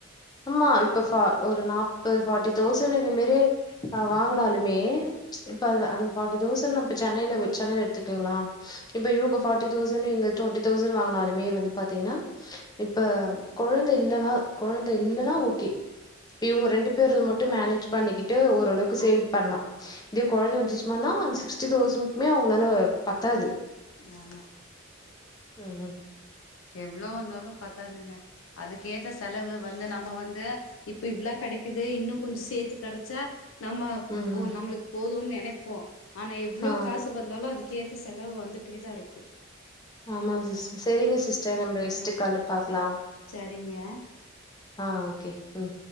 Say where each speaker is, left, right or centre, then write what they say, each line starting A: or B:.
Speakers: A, on the left; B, on the left.
A: ஆமா இப்ப ஃப ஒரு நாப்பது ஃபார்ட்டி தௌசண் இந்த மேரி ஆ வாங்குனாலுமே இப்ப அதுவ அந்த ஃபார்ட்டி தௌசண் நா இப் சென்னையில வெச் சென்னையில எடுத்துக்குங்களா இப்ப இவுங்க ஃபார்ட்டி தௌசண் இங்க டொண்டி தௌசண் வாங்குனாலுமே வந்து பாத்தீங்கன்னா இப்ப கொழந்த இல்லன்னா கொழந் இது இல்லேன்னா ஓகே இவுங்க ரெண்டு பேரு மட்டு மேனேஜ் பண்ணிக்கிட்டு ஓரளவுக்கு சேவிங் பண்லா இதே கொழந்த வந்துச்சுமன்னா அந்த சிக்ஸ்டி தௌசனுக்குமே அவுங்களால பத்தாது
B: நாமோ
A: ம் ம்
B: எவ்வளோ வந்தாலு பத்தாதுங்க அதுக்கேத்த செலவு வ த நம்ம வந்து இப்ப இவ்ளா கெடைக்குது இன்னுங் கொஞ்சோ சேத்து கெடச்சா நம்மப்
A: ம்
B: ஓ நம்ளுக்கு போதுனு நெனைப்போ ஆனா எவ்வளோ
A: ஆ
B: காசு வந்தாலு அதுக் கேத்த செலவு வந்துட்டே தாருக்கூ
A: ஆமா சிஸ் செரிங்க சிஸ்டர் நம்ம நெக்ஸ்ட்டு
B: ஆ
A: கால்ல பாக்லாம்
B: சரிங்க
A: ஆஹ் ஓகே ம்